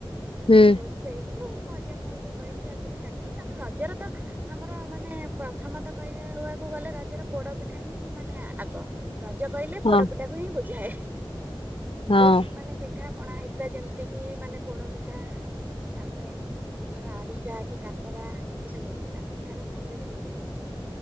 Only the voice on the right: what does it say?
ଦୋଳି ଖେଳିଲୁ ମଜା ମଉଜ। ର କରିକି ରଜ କାଟିଲୁ ତାପରେ ରଜର ତ ଆମର ମାନେ ପ୍ରଥମ ତ କହିବାକୁ ଗଲେ ରଜର ପୋଡ ପିଠା ହିଁ ମାନେ ଆଗ ରଜ କହିଲେ
ପୋଡ ପିଠା କୁ ହିଁ ବୁଝାଏ।
ବହୁତ ମାନେ ପିଠା ପଣା ହେଇଥିଲା ଯେମିତି କିି ମାନେ ପୋଡ ପିଠା। ତାପରେ ଆରିସା କି, କାକରା ଏମିତି ସବୁ ହେଇଥିଲା ପିଠାର ମଉଜ ବି ନେଇଥିଲୁ